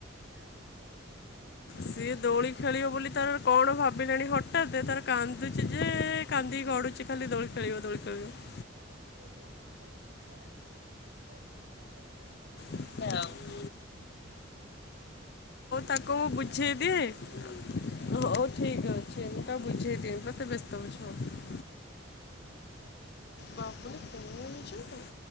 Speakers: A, on the right; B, on the left.
A: ଗାଁ ବୁଲିବ।
B: ସେ ଦୋଳି ଖେଳିବ ବୋଲି ତାର କଣ ଭାବିଲାଣି ହଠାତ୍ ତାର କାନ୍ଦୁଛି ଯେ କାନ୍ଦିକି ଗଡୁଛି ଖାଲି ଦୋଳି ଖେଳିବ ଦୋଳି ଖେଳିବ।
A: ହଁ ତାକୁ ବୁଝେଇ ଦିଅ ହଁ ଦୋଳି ଖେଳିବା ଆଉ ଯିବା ଦୋଳି ଖେଳି ରଜରେ ଆଉ।
B: ଖେଳିବ
A: ହଁ ହଉ
B: ତାକୁ
A: ଶୋଇପଡ
B: ମୁଁ ବୁଝେଇ
A: ଆମର
B: ଦିଏ
A: ଲାଇନ ଆଇଲା।
B: ହଉ ଠିକ ଅଛି ମୁଁ ତାକୁ ବୁଝେଇଦିଏ
A: ହଉ
B: <unintelligible> ବ୍ୟସ୍ତ ଅଛି।
A: ହଁ
B: ହୋଉ
A: ହଉ
B: ବାବୁନି କଣ ହେଇଛୁ